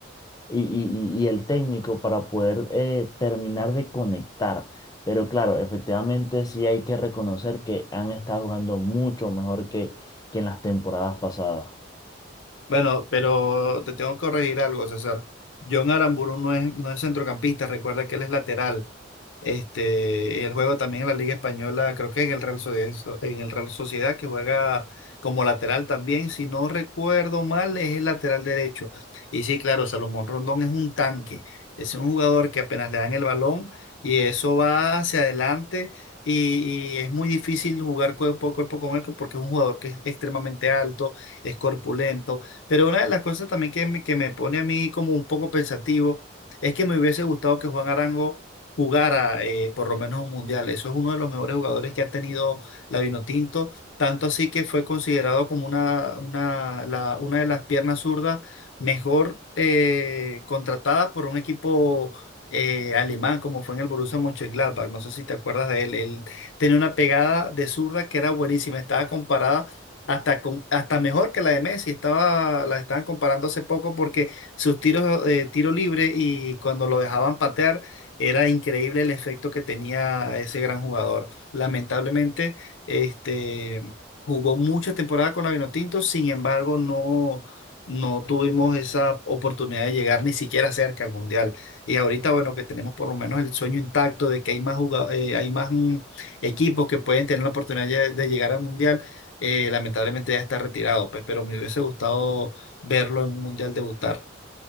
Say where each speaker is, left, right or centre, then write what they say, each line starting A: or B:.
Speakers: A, on the left (about 20°); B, on the left (about 80°).
A: y, y- y- el técnico para poder eh, terminar de conectar. Pero claro, efectivamente sí hay que reconocer que han estado jugando mucho mejor que, que en las temporadas pasadas.
B: Bueno, pero te tengo que corregir algo, César. John Aramburu no es, no es centrocampista, recuerda que él es lateral. Este, él juega también en la Liga Española, creo que en el Real Sociedad, en el Real Sociedad, que juega como lateral también. Si no recuerdo mal, es el lateral derecho. Y sí, claro, Salomón Rondón es un tanque. Es un jugador que apenas le dan el balón y eso va hacia adelante. Y, y es muy difícil jugar cuerpo a cuerpo con él porque es un jugador que es extremadamente alto, es corpulento. Pero una de las cosas también que me, que me pone a mí como un poco pensativo es que me hubiese gustado que Juan Arango jugara eh, por lo menos un mundial. Eso es uno de los mejores jugadores que ha tenido la Vinotinto, tanto así que fue considerado como una, una, la- una de las piernas zurdas mejor eh, contratadas por un equipo eh, alemán, como fue en el Borussia Mönchengladbach. No sé si te acuerdas de él. Él tenía una pegada de zurda que era buenísima, estaba comparada. Hasta, con, hasta mejor que la de Messi, estaba, la estaban comparando hace poco porque sus tiros de tiro libre y cuando lo dejaban patear era increíble el efecto que tenía ese gran jugador. Lamentablemente, este, jugó muchas temporadas con la Vinotinto, sin embargo, no, no tuvimos esa oportunidad de llegar ni siquiera cerca al Mundial. Y ahorita, bueno, que tenemos por lo menos el sueño intacto de que hay más, juga- eh, hay más mm, equipos que pueden tener la oportunidad de, de llegar al Mundial. eh, lamentablemente ya está retirado, pues, pero me hubiese gustado verlo en un Mundial debutar.